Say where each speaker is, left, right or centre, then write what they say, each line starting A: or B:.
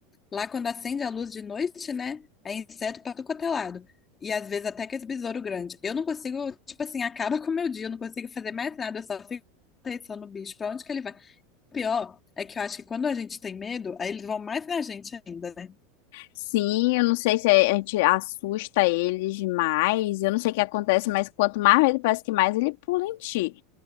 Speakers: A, on the left; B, on the left.
A: lá quando acende a luz de noite, né? É inseto pra tudo quanto é lado. E às vezes até aqueles besouro grande. Eu não consigo, tipo assim, acaba <laughs> com o meu dia, eu não consigo fazer mais nada, eu só fico atenção no bicho, pra onde que ele vai. O pior é que eu acho que quando a gente tem medo, aí eles vão mais na gente ainda, né?
B: Sim, eu não sei se a gente assusta eles mais. Eu não sei o que acontece, mas quanto mais medo, parece que mais ele pula em ti.